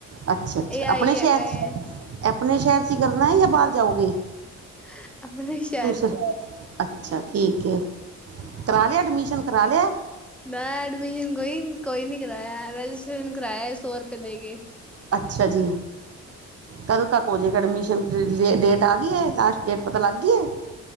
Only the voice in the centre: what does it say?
ਏ ਆਈ
ਹੈਗਾ
ਏ
<unintelligible>
ਮੈਂ ਐਡਮਿਸ਼ਨ ਕੋਈ ਕੋਈ ਨੀ ਕਰਾਇਆ ਰਜਿਸਟ੍ਰੇਸ਼ਨ ਕਰਇਆ ਸੌ ਰੁਪਏ ਦੇ ਕੇ